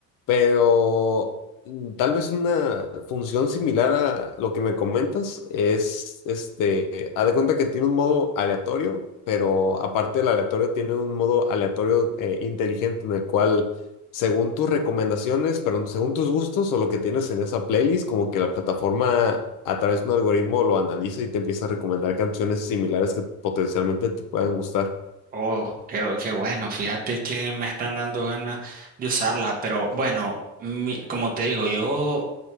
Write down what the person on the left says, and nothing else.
pero mm, tal vez una función similar a lo que me comentas es, este, haz de cuenta que tiene un modo aleatorio, pero aparte del aleatorio tiene un modo aleatorio eh, inteligente en el cual según tus recomendaciones, perdón, según tus gustos o lo que tienes en esa playlist, como que la plataforma a través de un algoritmo lo analiza y te empieza a recomendar canciones similares que potencialmente te puedan gustar.